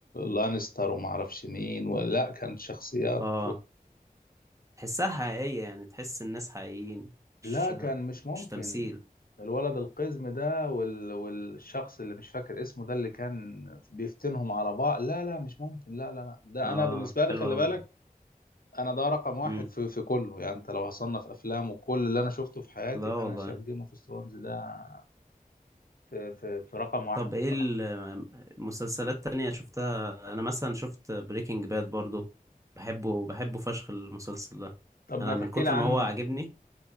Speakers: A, on the left; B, on the right.
A: لانستر وما اعرفش مين ولا كانت شخصيات
B: اه تحسها حقيقية يعني تحس الناس حقيقيين مش
A: لا كان مش ممكن
B: مش تمثيل
A: الولد القزم ده وال... والشخص اللي مش فاكر اسمه ده اللي كان بيفتنهم على بعض لا لا مش ممكن لا لا لا ده
B: اه
A: انا بالنسبه لي
B: حلو
A: خلي
B: اوي
A: بالك
B: ده
A: انا ده رقم واحد
B: مم.
A: في في كله يعني انت لو هصنف افلام وكل اللي انا شفته في حياتي
B: لا والله
A: انا شايف جيم اوف ثرونز ده في, في في رقم واحد
B: طب ايه
A: بصراحه
B: المسلسلات تانية شفتها انا مثلا شفت بريكنج باد برضو بحبه بحبه فشخ المسلسل ده
A: طب
B: انا
A: ما تحكي
B: من كتر
A: لي عنه
B: ما هو عاجبني